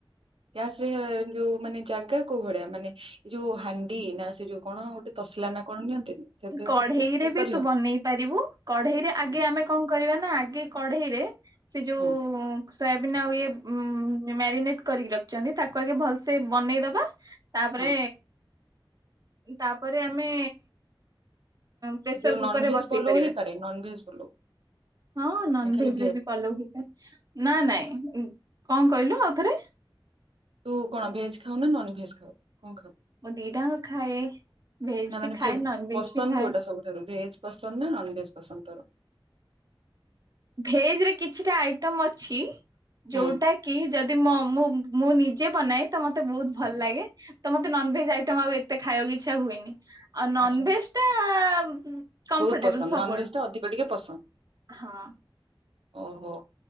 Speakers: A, on the right (about 85°); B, on the right (about 45°).
A: ଗ୍ୟାସ ରେ ଯୋଉ ମାନେ ଜାଗା କୋଉ ଭଳିଆ ମାନେ ଯୋଉ ହାଣ୍ଡି ନା ସେ ଯୋଉ କଣ ଗୋଟେ ତସଲା ନା କଣ ନିଅନ୍ତିନି ସେଥିରେ
B: କଢ଼େଇ
A: ସବୁ
B: ରେ ବି
A: କରିହ
B: ତୁ ବନେଇ ପାରିବୁ। କଢ଼େଇରେ ଆଗେ
A: ହୁଁ
B: ଆମେ କଣ କରିବା ନା ଆଗେ କଢ଼େଇରେ ସେ ଯୋଉ।
A: ହୁଁ
B: ସୋୟାବିିନ ଆଉ ଇଏ ମ୍ୟାରିନେଟ କରିକି ରଖିଛନ୍ତି ତାକୁ ଆଗେ ଭଲସେ ବନେଇଦବା। ତାପରେ
A: ହଁ
B: ତାପରେ ଆମେ। ପ୍ରେସର
A: ଯୋଉ
B: କୁକରରେ
A: ନନଭେଜ
B: ବସେଇ
A: ପଲଉ
B: ପାରିବା।
A: ହେଇପାରେ ନନଭେଜ ପଲଉ
B: ହଁ ନନ୍
A: ନା ଖାଲି
B: ଭେଜ ରେ ବି କଲଉ ନା ନାଇଁ କଣ କହିଲୁ ଆଉ ଥରେ।
A: ତୁ କଣ ଭେଜ ଖାଉ ନା ନନ ଭେଜ ଖାଉ କଣ ଖାଉ?
B: ମୁଁ ଦିଟାଙ୍କ ଖାଏ ଭେଜ
A: ନା
B: ବି
A: ମାନେ
B: ଖାଏ
A: ପସନ୍ଦ
B: ନନ ଭେଜ ବି ଖାଏ
A: କୋଉଟା ସବୁଠାରୁ ଭେଜ, ପସନ୍ଦ ନା ନନଭେଜ୍ ପସନ୍ଦ କରୁ।
B: ଭେଜରେ କିଛିଟା ଆଇଟମ୍ ଅଛି ଯୋଉଟା
A: ହୁଁ
B: କି ଯଦି ମ ମୁଁ ମୁଁ ନିଜେ ବନାଏ ତ ମତେ ବହୁତ୍ ଭଲ ଲାଗେ। ତ ମତେ ନନଭେଜ ଆଇଟମ୍ ଆଉ ଏତେ ଖାଇବାକୁ ଇଚ୍ଛା ହୁଏନି ଆଉ ନନଭେଜ
A: ଆଚ୍ଛା ଆଚ୍ଛା।
B: ଟା କମ୍ଫର୍ଟେବଲ
A: ବହୁତ ପସନ୍ଦ
B: ସବୁଆଡୁ
A: ନନଭେଜ ଟା ଅଧିକ ଟିକେ ପସନ୍ଦ
B: ହଁ।
A: ଓହୋ।